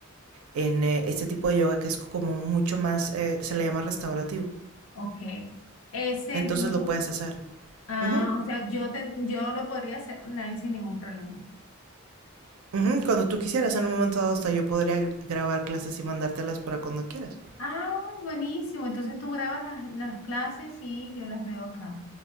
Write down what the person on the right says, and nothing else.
en eh, este tipo de yoga que es como mucho más, eh, se le llama restaurativo,
entonces
lo puedes hacer.
Uh -huh.
Ujú, Cuando tú quisieras, en un momento dado hasta yo podría gr- grabar clases y mandártelas para cuando quieras.